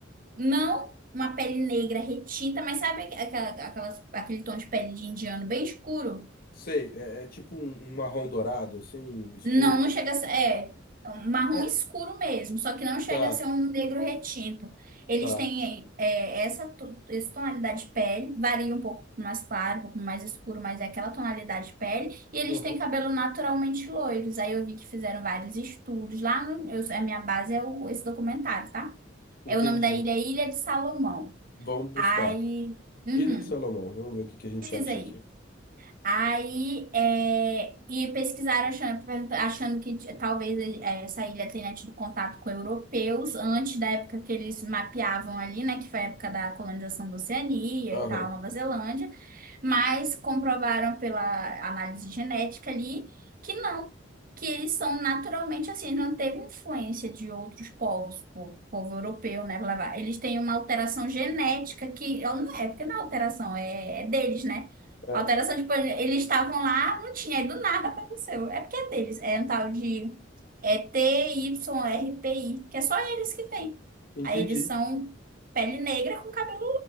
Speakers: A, on the right; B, on the left.
A: não uma pele negra retinta, mas sabe aquela, aquelas- aquele tom de pele de indiano bem escuro?
B: Sei, é, é tipo um, um marrom dourado, assim, escuro.
A: Não, não chega a ser. É, é um marrom
B: É,
A: escuro mesmo, só que não chega
B: tá,
A: a ser um negro retinto. Eles
B: tá.
A: têm é, essa, to- essa tonalidade de pele, varia um pouco mais claro, um pouco mais escuro, mas é aquela tonalidade de pele. E eles
B: Aham,
A: têm cabelo naturalmente loiros. Aí eu vi que fizeram vários estudos. Lá, no- eu- a minha base é o- esse documentário, tá?
B: entendi.
A: É o nome da ilha, é Ilha de Salomão.
B: Vamos buscar.
A: Aí, uhum,
B: Ilha de Salomão, vamos ver o que que a gente
A: pesquisa
B: acha
A: aí.
B: aqui.
A: Aí, é, e pesquisaram achando, achando que t- talvez é, essa ilha tenha tido contato com europeus antes da época que eles mapeavam ali, né, que foi a época da colonização da Oceania
B: Aham,
A: e tal, Nova Zelândia, mas comprovaram pela análise genética ali que não, que eles são naturalmente assim, não teve influência de outros povos, po- povo europeu, né, blá, blá. Eles têm uma alteração genética que, não é, porque não é alteração, é é deles, né?
B: é,
A: Alteração de plano. Eles estavam lá, não tinha, aí do nada apareceu. É porque é deles. É um tal de é T Y R P I que é só eles que tem.
B: entendi.
A: Aí eles são pele negra com cabelo,